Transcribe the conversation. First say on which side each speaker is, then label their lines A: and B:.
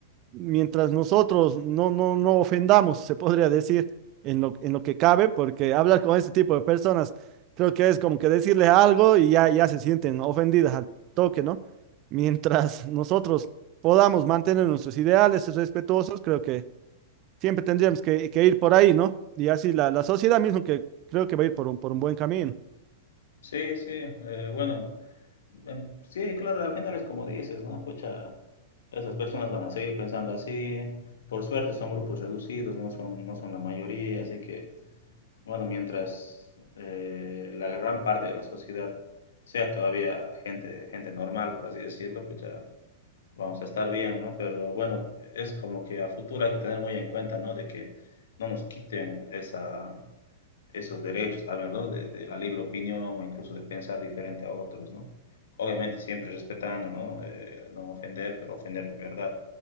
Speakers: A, on the right; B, on the left.
A: mientras nosotros no, no, no ofendamos, se podría decir, en lo, en lo que cabe, porque hablar con este tipo de personas, creo que es como que decirles algo y ya, ya se sienten ofendidas al toque, ¿no? Mientras <laughs> nosotros podamos mantener nuestros ideales respetuosos, creo que siempre tendríamos que, que ir por ahí, ¿no? Y así la, la sociedad mismo que creo que va a ir por un, por un buen camino.
B: Sí, sí, eh, bueno, em, sí, claro, al final es como dices, ¿no? Pucha, esas personas van a seguir pensando así, por suerte son grupos reducidos, no son, no son la mayoría, así que Bueno, mientras eh, la gran parte de la sociedad sea todavía gente, gente normal, por así decirlo, pues ya vamos a estar bien, ¿no? Pero bueno, es como que a futuro hay que tener muy en cuenta, ¿no? De que no nos quiten esa, esos derechos, tal vez, ¿no? De, de, la libre opinión o incluso de pensar diferente a otros, ¿no? Obviamente siempre respetando, ¿no? Eh, no ofender, pero ofender de verdad,